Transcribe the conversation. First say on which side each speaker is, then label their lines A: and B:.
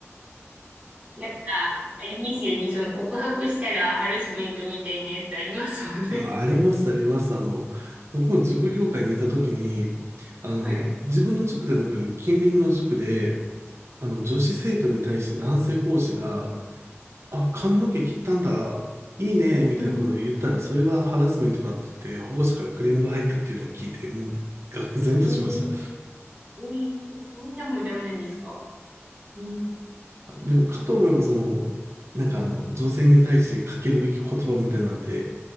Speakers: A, on the right; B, on the right.
A: なんから、あれですよね。その告白したらハラスメントみたいなやつありますもんね。
B: だからありますあります。あの、僕も塾業界にいた時に、あの、
A: <laughs> はい。
B: 自分の塾でなく近隣の塾で、あの、女子生徒に対して男性講師が、あ、髪の毛切ったんだ、いいね、みたいなことを言ったら、
A: うん。
B: それがハラスメントだって言って、保護者からクレームが入ったっていうのを聞いて、もう、愕然としました。
A: いい、いい、みんなもダメなんですかいい。
B: でも、かと思えば、その、なんかあの、女性に対してかけるべき言葉みたいなんで、